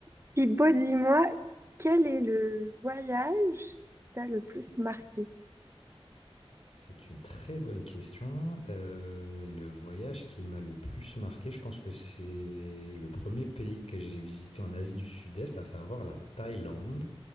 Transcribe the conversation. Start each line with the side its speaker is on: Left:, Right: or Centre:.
Right: Thibaut, dis-moi, quel est le voyage qui t'a le plus marqué?
Left: C'est une très bonne question. Euh, le voyage qui m'a le plus marqué, je pense que c'est le premier pays que j'ai visité en Asie du Sud-Est, à savoir la Thaïlande,